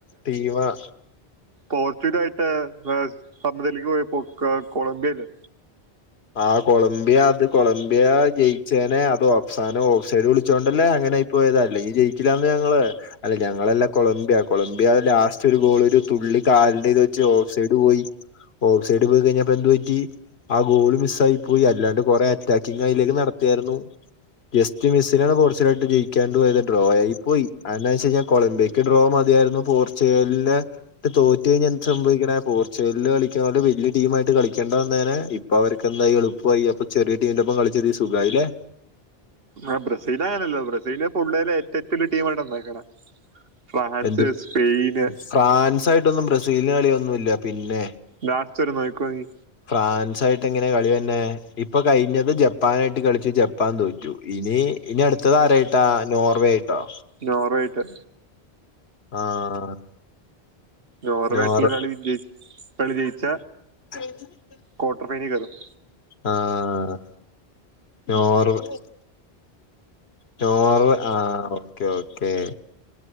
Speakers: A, on the left; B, on the right.
A: ടീമാ
B: പോർച്ചഡായിട്ട് സമനിലക്ക് പോയപ്പോ കൊ കൊളംബിയല്ലേ.
A: ആഹ കൊളംബിയ അത് കൊളംമ്പിയ ജയിച്ചേന അത് ഓഫ്സാനോ ഓഫ് സൈഡ് വിളിച്ചോണ്ടല്ലേ അങ്ങനെ- പോയത് അല്ലങ്കിൽ ജയിക്കില്ലാന്ന് ഞങ്ങള് അല്ല ഞങ്ങളല്ല കൊളംമ്പിയ കൊളംബിയ ലാസ്റ്റ് ഒരു ഗോള് ഒരു തുള്ളി കാൽന്റെ ഇത് വെച്ച് ഓഫ് സൈ പോയി ഓഫ് സൈഡ് പോയി കയ്ഞ്ഞപ്പൊ എന്തു പറ്റി? ആ ഗോള് മിസ് ആയി പോയി അല്ലാണ്ട് കൊറെ അറ്റാക്കിംഗ് ആയിലേക്ക് നടക്കുവയിരുന്നു ജസ്റ്റ് മിസ്സിനാണ് പോർച്ച് യിട്ട് ജയിക്കാണ്ട് പോയത് ഡ്രോ ആയി പോയി അത് വെച്ച കഴിഞ്ഞാൽ കൊളംബിയ ക് ഡ്രോ മതിയായിരുന്നു പോർച്ചുഗലിനെ തോറ്റു കയിഞാ എന്ത്‌ സംഭവിക്കണേ പോർച്ചുഗലിൽ കളിക്കുന്ന പോലെ വലിയ ടീ ആയിട്ട് കളിക്കണ്ടന്നരെ ഇ അപ്പ അവർക്കെന്തായി എളുപ്പയി അപ്പൊ ചെറിയടീംന്റെ ഒപ്പം കളിച്ചത് സുഖയില്ലേ
B: ആഹ് ബ്രസീൽ അങ്ങനല്ലോ ബ്രസീലിനെ പുള്ളേഏറ്റ ഒരു ടീംമായിട്ട് ഉണ്ടാക്കണ ഫ്രാൻസ്
A: എന്ത്
B: സ്പെയിന്
A: ഫ്രാൻസ് ആയിട്ടൊന്നും ബ്രസീലന് കളിയൊന്നുല്ല പിന്നെ
B: ലാസ്റ്റ് ഒരു മണിക്കൂർ നീ
A: ഫ്രാൻസ് ആയിട്ട് എങ്ങനെ കളി വര്ണെ ഇപ്പൊ കയ്ഞ്ഞത് ജപ്പാനായിട്ട് കളിച്ചു ജ ജപ്പാൻ തോറ്റു ഇനി ഇനി അടുത്ത താരായിട്ടാ നോർവേ ആയിട്ടോ?
B: നോർവേയിട്ട്
A: ആഹ്
B: നോർവായിട്ടുള്ള
A: നോർ
B: കളി വിജയി കളി ജയിച്ച
A: <unintelligible>
B: ക്വാട്ടർ ഫൈനൽ <unintelligible>
A: ആഹ് <unintelligible> ചോറ് ആ ഓക്കെ ഓക്കേ